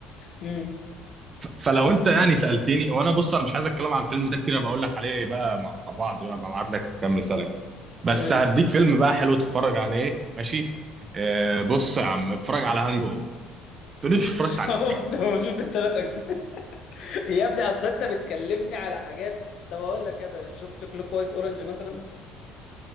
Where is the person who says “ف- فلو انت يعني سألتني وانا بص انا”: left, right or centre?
Right